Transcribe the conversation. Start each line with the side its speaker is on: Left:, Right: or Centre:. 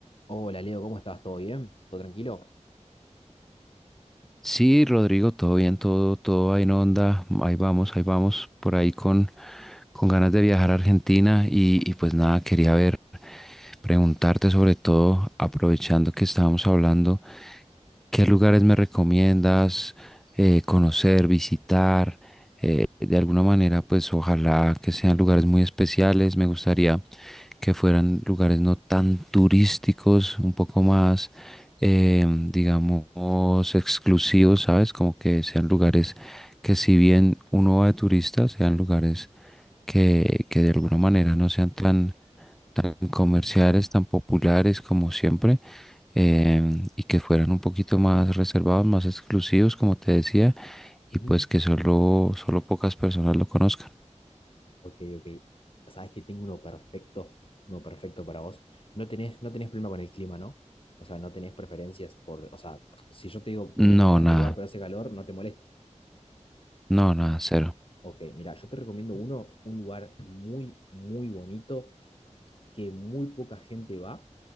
Left: Hola Leo, ¿cómo estás? ¿Todo bien? ¿Todo tranquilo?
Centre: Sí, Rodrigo, todo bien, todo, todo ahí en onda, ahí vamos, ahí vamos, por ahí con, con ganas de viajar a Argentina y, y pues nada, quería ver, preguntarte sobre todo, aprovechando que estábamos hablando, ¿qué lugares me recomiendas eh, conocer, visitar? Eh, de alguna manera, pues ojalá que sean lugares muy especiales, me gustaría que fueran lugares no tan turísticos, un poco más, eh, digamos, exclusivos, ¿sabes? Como que sean lugares que si bien uno va de turista, sean lugares que, que de alguna manera no sean tan, tan comerciales, tan populares como siempre, em, y que fueran un poquito más reservados, más exclusivos, como te decía,
Left: Ujú.
Centre: y pues que solo, solo pocas personas lo conozcan.
Left: Ok, ok. Sabes que tengo uno perfecto, uno perfecto para vos. No tenés, no tenés problema con el clima, ¿no? O sea, no tenés preferencias por, o sea, si yo te digo venía a
Centre: No,
Left: a
Centre: nada,
Left: este lugar pero hace calor, no te molesta.
Centre: no, nada, cero.
Left: Ok, mira, yo te recomiendo uno, un lugar muy, muy bonito que muy poca gente va.